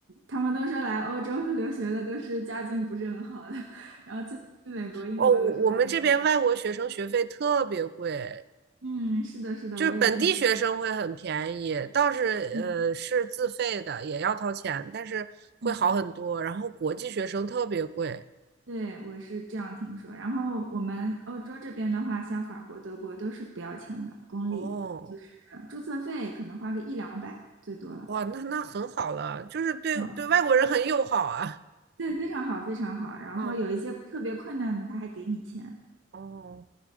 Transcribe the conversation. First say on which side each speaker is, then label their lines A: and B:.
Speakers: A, on the right; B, on the right.
A: 他们都说来欧洲 <laughs> 留学的都是家境不是很好的，<laughs> 然后去美国、英国都是家境非常好，
B: 哦，我我们这边外国学生学费特别贵，
A: 嗯，是的，是的，
B: 就是本地学生会很便宜，
A: 我有听。
B: 倒是呃是自费的，
A: 嗯
B: 也要掏钱，但是会好很多。
A: 嗯
B: 然后国际学生特别贵。
A: 对，我是这样听说。然后我们欧洲这边的话，像法国、德国都是不要钱的，公立，
B: 哦，
A: 就是注册费可能花个一两百最多了。
B: 哇，那那很好了，就是对对外国人很友好啊。
A: 嗯，对，非常好，非常好。然后有一些特别困难的，
B: <laughs> 嗯，
A: 他还给你钱。
B: 哦，